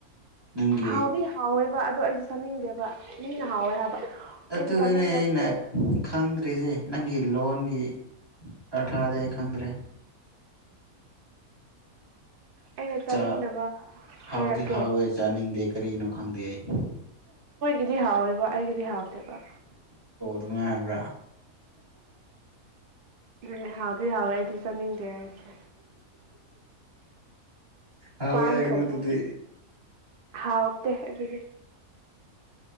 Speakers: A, on the right (about 15°); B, on the right (about 85°).
A: ꯅꯪꯒꯤ
B: ꯍꯥꯎꯗꯤ ꯍꯥꯎꯋꯦꯕ ꯑꯗꯣ ꯑꯩꯁꯨ ꯆꯪꯅꯤꯡꯗꯦꯕ ꯃꯤꯅ ꯍꯥꯎꯋꯦ ꯍꯥꯏꯕ ꯑꯩꯅ
A: ꯑꯗꯨꯗꯨꯅꯦ
B: ꯆꯥꯅꯤꯡꯗꯕꯁꯦ
A: ꯑꯩꯅ ꯈꯪꯗ꯭ꯔꯤꯁꯦ ꯅꯪꯒꯤ ꯂꯣꯟꯒꯤ ꯑꯔꯊꯥꯗꯤ ꯑꯩ ꯈꯪꯗ꯭ꯔꯦ
B: ꯑꯩꯅ ꯆꯥꯅꯤꯡꯗꯕ
A: ꯆꯥ ꯍꯥꯎꯗꯤ
B: ꯍꯥꯏꯔꯛꯀꯦ
A: ꯍꯥꯎꯋꯦ ꯆꯥꯅꯤꯡꯗꯦ ꯀꯔꯤꯅꯣ ꯈꯪꯗꯦ ꯑꯩ
B: ꯏꯗꯤ ꯍꯥꯎꯋꯦꯕ ꯑꯩꯒꯤꯗꯤ ꯍꯥꯎꯇꯦꯕ
A: ꯁꯃꯥꯏ ꯍꯥꯏꯕ꯭ꯔꯥ
B: ꯅꯅꯦ ꯍꯥꯎꯗꯤ ꯍꯥꯎꯋꯦ ꯑꯩꯗꯤ ꯆꯪꯅꯤꯡꯗꯦ ꯍꯥꯏꯔꯤꯁꯦ
A: ꯍꯥꯎꯋꯦ
B: ꯄꯥꯟ
A: ꯍꯥꯏꯒꯅꯨ
B: ꯊꯧꯕ
A: ꯑꯗꯨꯗꯤ
B: ꯍꯥꯥ ꯑꯣꯛꯇ ꯑꯗꯨꯗꯤ